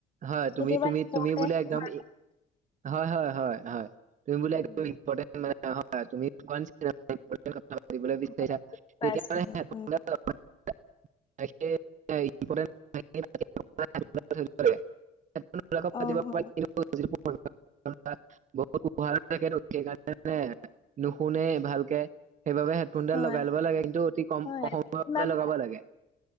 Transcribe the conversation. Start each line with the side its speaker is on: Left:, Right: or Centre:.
Right: হয়
Left: কেতিয়াবা
Right: তুমি তুমি
Left: ইম্পৰ্টেণ্ট
Right: তুমি বোলে একদম
Left: কিবা
Right: হয় হয় হয় হয় তুমি বোলে
Left: উম
Right: একদম ইমপৰটেন্ট <unintelligible> হয় তুমি বিচাৰিছা
Left: হয়
Right: তেতিয়া
Left: পাইছো
Right: ত <unintelligible>
Left: উম
Right: <unintelligible>
Left: অ হয়
Right: <unintelligible> সেইকাৰণে নুশুনে ভালকে সেইবাবে, হেডফোনডাল
Left: হয়
Right: লগাই ল'ব লাগে, কিন্তু অতি কম
Left: হয়
Right: কৈ সময়
Left: ইমান
Right: লগাব লাগে,